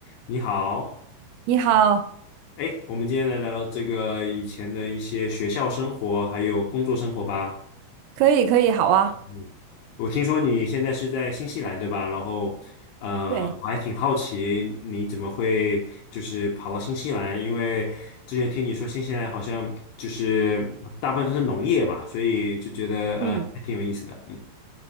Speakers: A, on the left; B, on the right.
A: 你好，
B: 你好，
A: 哎，我们今天来聊聊这个以前的一些学校生活，还有工作生活吧。
B: 可以，可以，好啊。
A: 嗯，我听说你现在是在新西兰，对吧？然后，呃，
B: 对，
A: 我还挺好奇你怎么会就是跑到新西兰，因为之前听你说新西兰好像就是大部分都是农业嘛，所以就觉得呃还挺有意思的。
B: 嗯，
A: 嗯